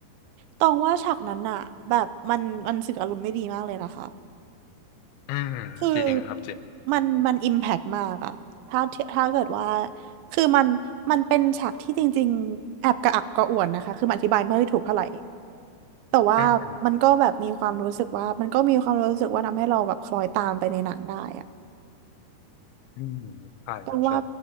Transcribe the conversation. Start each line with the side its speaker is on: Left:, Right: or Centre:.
Right: ตองว่าฉากนั้นอะแบบมันมันสื่ออารมณ์ได้ดีมากเลยนะคะ
Left: อืมจริงครับจริง
Right: คือมันมันอิมแพกมากอะถ้าถ้าเกิดว่าคือมันมันเป็นฉากที่จริงๆแอบกระอักกระอ่วนนะคะ คือมันอธิบายไม่ถูกเท่าไหร่ แต่ว่ามันก็แบบมีความรู้สึกว่ามันก็มีความรู้สึกว่าทำให้เราแบบคล้อยตามไปในหนังได้อะ
Left: อืมอืมใช่ครับใช่
Right: ต้องว่า